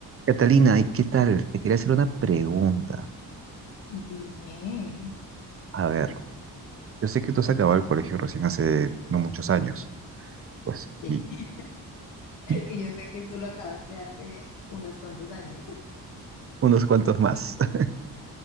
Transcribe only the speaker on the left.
Dime.
Sí.
Y yo sé que tú lo acabaste hace unos cuantos años.